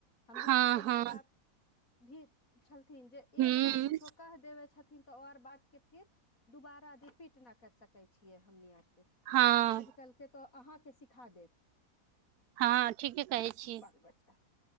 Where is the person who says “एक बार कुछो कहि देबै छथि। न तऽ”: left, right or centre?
Left